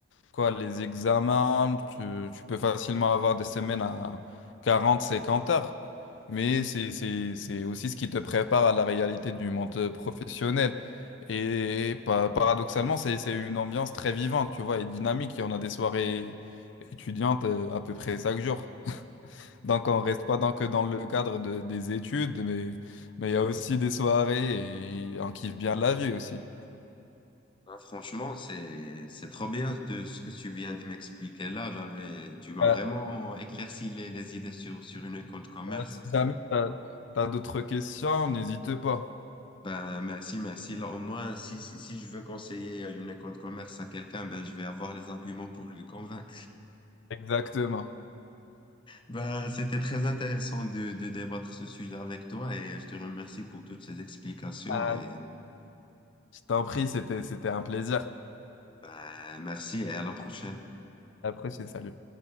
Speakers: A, on the left; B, on the left.
A: quoi, les examens, tu, tu peux facilement avoir des semaines à 40 50 heures. Mais c'est, c'est, c'est aussi ce qui te prépare à la réalité du monde professionnel. Et pa- paradoxalement, c'est, c'est une ambiance très vivante, tu vois, et dynamique. Et on a des soirées étudiantes euh, à peu près chaque jour. Donc on reste pas dans, que dans le cadre de- des études, mais mais il y a aussi des soirées et on kiffe bien la vie aussi.
B: Ah, franchement, c'est, c'est trop bien de ce que tu viens de m'expliquer là. J'avais, tu m'as
A: Euh,
B: vraiment éclairci les, les idées sur, sur une école de commerce.
A: euh, si jamais tu as d'autres questions, n'hésite pas.
B: Ben, merci, merci. Là, au moins, si, si, si je veux conseiller une école de commerce à quelqu'un, ben, je vais avoir les arguments pour lui convaincre.
A: Exactement.
B: Ben, c'était très intéressant de, de débattre ce sujet avec toi et je te remercie pour toutes ces explications
A: Euh,
B: et
A: Je t'en prie, c'était, c'était un plaisir.
B: Ben merci et à la prochaine.
A: Après, c'est salut.